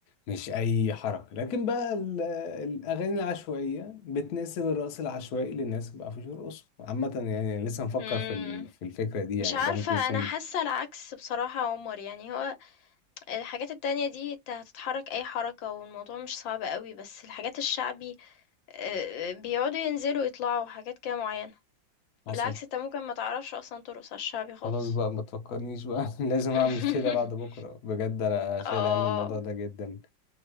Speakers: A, on the left (about 65°); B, on the left (about 85°).
A: مش اي حركة لكن بقى ال- الاغاني العشوائية بتناسب الرقص العشوائي للناس ما بيعرفوش يرقصوا عامة يعني لسه مفكر
B: امم
A: في ال- في الفكرة دي يعني
B: مش عارفة
A: ده ممكن يكون
B: أنا حاسة العكس بصراحة يا عمر يعني هو الحاجات التانية دي انت هتتحرك أي حركة والموضوع مش صعب قوي بس الحاجات الشعبي آه، بيقعدوا ينزلوا يطلعوا حاجات كده معينة
A: حصل
B: بالعكس انت ممكن ما تعرفش أصلا ترقص على الشعبي خالص
A: خلاص بقى ما تفكرنيش بقى <laughs> لازم
B: <laughs>
A: اعمل كده بعد بكرة بجد انا شايل
B: اه
A: هم الموضوع ده جدا